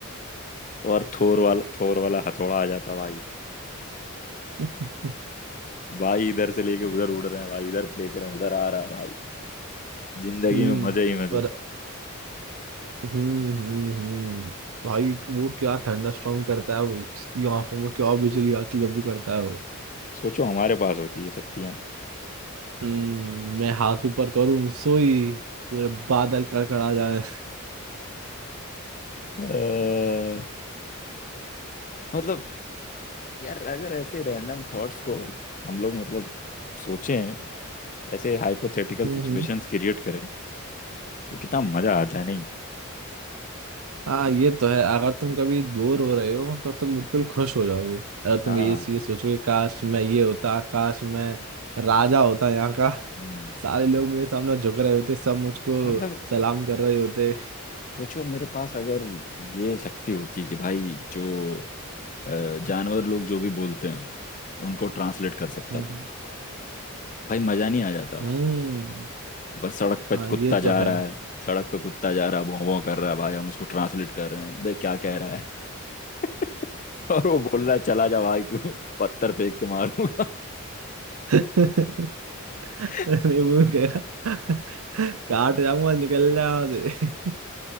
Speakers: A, on the left; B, on the right.
A: और थोर वाला थोर वाला हथौड़ा आ जाता भाई
B: <laughs>
A: भाई इधर से लेके उधर उड़ रहे हैं भाई इधर फेंक रहे हैं उधर आ रहा है भाई जिंदगी
B: हम्म
A: में मजे ही मजे
B: और हम्म हम्म हम्म। भाई वो क्या थंडरस्टॉर्म करता है वो उसकी आंखों में क्या बिजली आती है जब भी करता है
A: सोचो हमारे पास होती है शक्तियां
B: हम्म मैं हाथ ऊपर करूं सोई पूरे बादल कड़कड़ा जाए
A: अ, मतलब यार अगर ऐसे रैंडम थॉट्स को हम लोग मतलब सोचें ऐसे हाइपोथेटिकल
B: हम्म
A: सिचुएशंस
B: हम्म।
A: क्रिएट करें तो कितना मजा आता है नहीं
B: हाँ ये तो है अगर तुम कभी बोर हो रहे हो तो तुम बिल्कुल खुश हो जाओगे अगर
A: हाँ
B: तुम ये चीज सोचोगे काश मैं ये होता काश मैं राजा होता यहाँ का
A: हम्म,
B: सारे लोग मेरे सामने झुक रहे होते सब मुझको
A: मतलब
B: सलाम कर रहे होते
A: सोचो मेरे पास अगर ये शक्ति होती कि भाई जो अ, जानवर लोग जो भी बोलते हैं उनको ट्रांसलेट कर सकता
B: हम्म
A: था भाई मजा नहीं आ जाता
B: हम्म
A: भाई
B: हम्म,
A: बस सड़क पे
B: हाँ
A: कुत्ता
B: ये
A: जा
B: तो है
A: रहा है सड़क पे कुत्ता जा रहा है भौं भौं कर रहा है भाई हम उसको ट्रांसलेट कर रहे हैं बे क्या कह रहा है <laughs> और वो बोल रहा है चला जा भाई तू पत्थर फेंक के मारूंगा
B: <laughs>
A: <laughs>
B: मैं वो कह रहा काट जाऊंगा निकल जाऊंगा से।